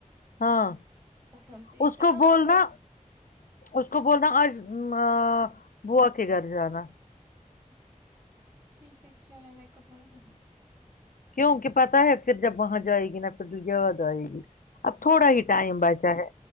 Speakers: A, on the left; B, on the right.
A: ہاں
B: قسم سے
A: اس
B: اتنا
A: کو بولنا
B: اچھا
A: اس کو بولنا آج آ بوو کے گھر جانا
B: ٹھیک ہے کیوں نہیں میںیک اپوں گی
A: کیوںک پتا ہے پھر جبا ہاں آائے گی نہ پھر دجا باز آئے گی اب تھوڑا ہی ٹائم بچا ہے